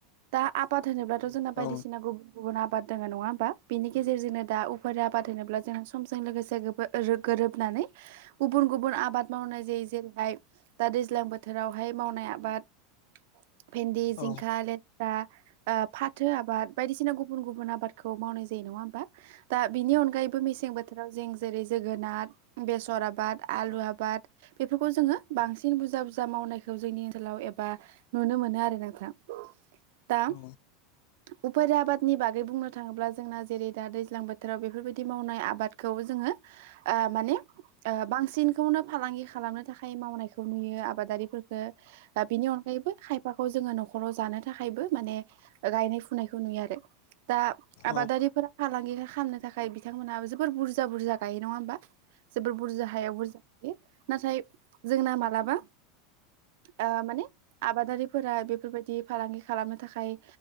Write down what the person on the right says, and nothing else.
दा आबाद होनोब्लाथ' जोंना बायदिसिना
गुबुन गुब आबाद दोङो नङा हनबा बेनि गेजेरजोंनो दा आबाद होनोब्ला जों समजों लोगोसे गोरोब गोरोबनानै गुबुन गुबुन आबाद मावनाय जायो जेरैहाय दा दैज्लां बोथोरावहाय मावनाय आबाद भेन्दि, जिंखा,
लेथ्रा आ फाथो आबाद बायदिसिना गुबुन गुबुन आबाद खौ मावनाय जायोा ह दा बिनि अनायैबो मेसें बोथोर राव जों जेरै जोगोनार बेसर आबाद, आलु
आबाद बेफोरखौ जोङो बांसिन
बुरजा बुरजा मावनायखौ जोंनि ओनसोलाव एबा नुनो मोनो आरो नोंथां दा
उफेरा आबादनि बागै बुंनो थाङोब्ला जोंना जेरै दा दैज्लां बोथोराव बेफोरबायदि मावनाय आबादखौ जोङो ओ माने ओ बांसिनखौनो फालांगि खालामनो थाखाय मावनायखौ नुयो आबादारिफोरखौ। ओ बिनि अनगायैबो खायफा खौ जोङो न'खराव जानो थाखायबो माने गायनाय फुनायखौ नुयो आरो। दा
आबादारिफोरा। फालांगि खालामनो थाखाय बिथांमोनाबो जोबोर बुरजा बुरजा गायो नङा होमबा। जोबोर बुरजा हायाव बुरजा गायो नाथाय। जोंना मालाबा ओ माने आबादारिफोरा बेफोरबायदि फालांगि खालामनो थाखाय